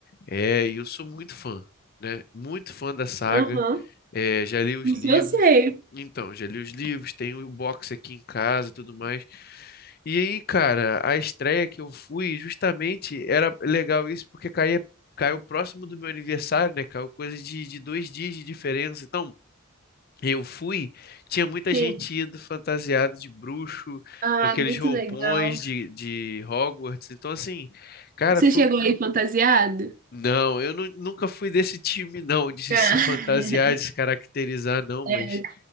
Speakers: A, on the left; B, on the right.
A: é, e eu sou muito fã, né? Muito fã da saga.
B: Aham.
A: É, já li os
B: Isso
A: livros.
B: eu sei.
A: Então, já li os livros, tenho o box aqui em casa e tudo mais. E aí, cara, a estreia que eu fui, justamente, era legal isso, porque caía, caiu próximo do meu aniversário, né? Caiu coisa de, de dois dias de diferença. Então, eu fui, tinha muita
B: Sim.
A: gente indo fantasiada de bruxo,
B: Ah,
A: com aqueles
B: muito
A: roupões
B: legal.
A: de, de Hogwarts. Então, assim, cara,
B: Você
A: foi.
B: chegou aí fantasiado?
A: Não, eu nu- nunca fui desse time, não, de se
B: Ah.
A: se fantasiar, de se caracterizar, não.
B: <laughs>
A: Mas